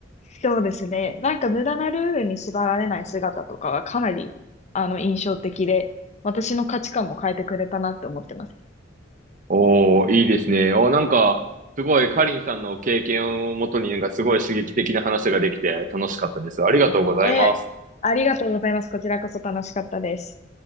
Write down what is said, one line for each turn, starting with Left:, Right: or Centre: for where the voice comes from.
Left: そうですね。なんか無駄なルールに縛られない姿とかはかなり、あの、印象的で、私の価値観も変えてくれたなって思ってます。
Right: おー、いいですね。おー、なんか、すごいカリンさんの経験をもとに、なんかすごい刺激的な話ができて楽しかったです。ありがとうございます。
Left: ええ、ありがとうございます。こちらこそ楽しかったです。